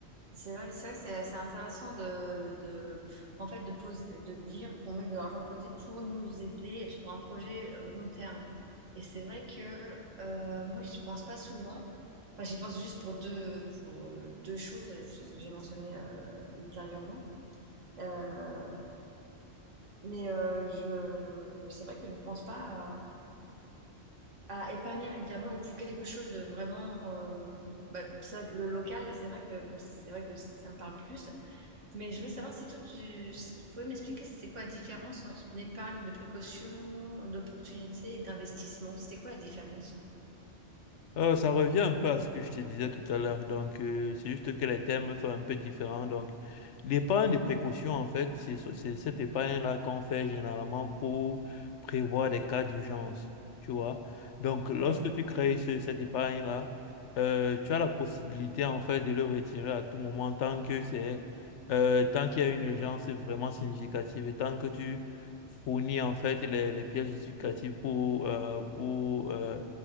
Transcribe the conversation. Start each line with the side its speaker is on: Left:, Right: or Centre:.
Right: C'est vrai, c'est vrai que c'est c'est intéressant de, de en fait de poser de dire qu'on met de l'argent de côté pour nous aider pour un projet euh, long terme. Et c'est vrai que euh, moi j'y pense pas souvent. Enfin, j'y pense juste pour deux pour euh, deux choses, et c'est ce que j'ai mentionné euh, ultérieurement. Euh, Mais euh, je, c'est vrai que je ne pense pas à, à épargner régulièrement ou pour quelque chose de vraiment. euh, bah, c'est vrai que le local, là, c'est vrai que c'est vrai que ça me parle plus. Mais je voulais savoir si toi, tu, si, tu pouvais m'expliquer c'est quoi la différence entre une épargne de précaution, d'opportunité et d'investissement? C'est quoi la différence?
Left: Euh, ça revient un peu à ce que je te disais tout à l'heure. Donc, euh, c'est juste que les thèmes sont un peu différents. Donc, l'épargne de précaution, en fait, c'est c'est cette épargne-là qu'on fait généralement pour prévoir des cas d'urgence. Tu vois? Donc, lorsque
Right: Oui,
Left: tu crées ce- cette épargne-là, euh, tu as la possibilité, en fait, de le retirer à tout moment tant que c'est, euh, tant qu'il y a une urgence vraiment significative et tant que tu fournis, en fait, les, les pièces justificatives pour, euh, pour, euh,